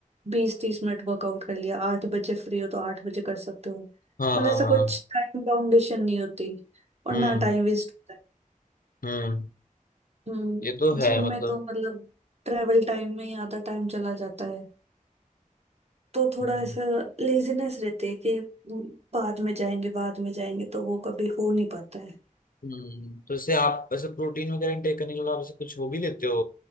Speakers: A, on the right; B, on the left.
A: बीस तीस मिनट वर्कआउट कर लिया आठ बजे फ्री हो तो आठ बजे कर सकते हो
B: हाँ
A: मतलब
B: हाँ
A: ऐसा
B: हाँ
A: कुछ
B: हाँ।
A: टाइम बाउंडेशन नहीं होती और
B: हम्म
A: ना टाइम वेस्ट
B: हम्म
A: हम्म
B: ये तो है
A: जिम
B: मतलब
A: में तो मतलब ट्रेवल टाइम में ही आधा टाइम चला जाता है तो थोड़ा
B: हम्म।
A: ऐसा लेजीनेस रहती है कि हम्म, बाद में जाएंगे बाद में जाएंगे तो वो कभी हो नहीं पाता है
B: हम्म तो जैसे आप वैसे प्रोटीन वगैरह इनटेक करने के बाद आप जैसे कुछ हो भी लेते हो